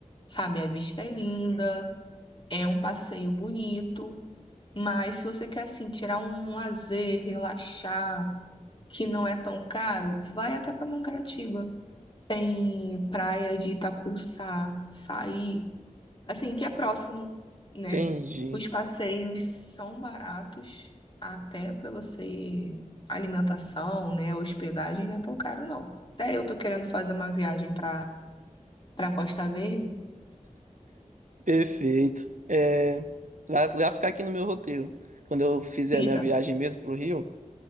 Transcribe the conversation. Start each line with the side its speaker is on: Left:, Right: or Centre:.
Left: Sabe, a vista é linda, é um passeio bonito, mas se você quer assim tirar um lazer, relaxar, que não é tão caro, vai até para Mangaratiba. Tem praia de Itacuruçá, Saí, assim, que é próximo, né?
Right: Entendi.
Left: Os passeios são baratos, até para você alimentação, né, hospedagem não é tão caro não. Até eu tô querendo fazer uma viagem para para Costa Verde.
Right: Perfeito. É, vai, vai ficar aqui no meu roteiro. Quando eu fizer
Left: Fica.
Right: a minha viagem mesmo pro Rio,